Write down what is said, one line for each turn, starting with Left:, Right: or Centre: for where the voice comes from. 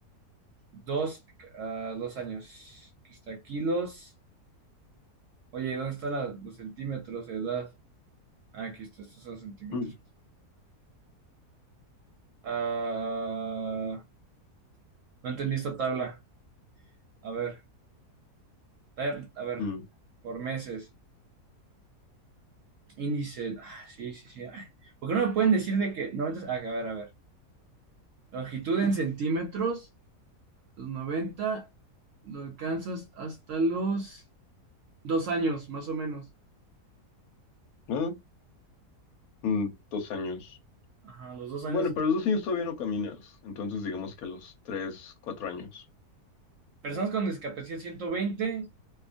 Right: dos, ah, dos años. Aquí está kilos. Oye, ¿dónde están la- los centímetros de edad? Ah, aquí está, estos son centímetros.
Left: mm,
Right: Ah, no entendí esta tabla. A ver, a ver a ver,
Left: mm.
Right: por meses. Índice. Ah, sí, sí, sí. Ay, ¿Por qué no me pueden decir de que... No, entonces, ah, a ver, a ver. Longitud en centímetros, los 90 lo alcanzas hasta los dos años, más o menos.
Left: ¿Ah? Mm, Dos años.
Right: Ajá, los dos
Left: Bueno,
Right: años.
Left: pero a los dos años todavía no caminas. Entonces digamos que a los tres, cuatro años.
Right: Personas con discapacidad ciento veinte